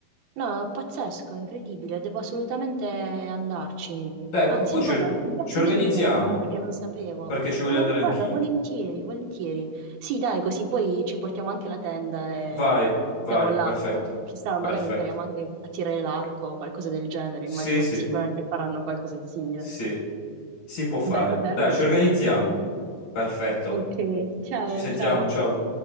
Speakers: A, on the right; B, on the left.
A: No, è pazzesco, incredibile, devo assolutamente andarci.
B: Dai, po-
A: Anzi,
B: poi ci,
A: guarda,
B: or-
A: grazie
B: ci organizziamo.
A: mille che me l'hai detto perché non sapevo.
B: perché ci voglio
A: Ma
B: andare
A: ma guarda,
B: anch'io.
A: volentieri, volentieri. Sì, dai, così poi ci portiamo anche la tenda e
B: Vai, vai,
A: siamo là.
B: perfetto,
A: Poi, Chissà, magari
B: perfetto.
A: impariamo anche a tirare l'arco o qualcosa del genere.
B: Sì,
A: Immagino
B: sì,
A: che sicuramente faranno qualcosa di simile.
B: sì, si può fare.
A: Beh, vabbè, allora
B: Dai, ci
A: ci
B: organizziamo.
A: organizziamo.
B: Perfetto.
A: Ok, ciao,
B: Ci sentiamo,
A: ciao.
B: ciao.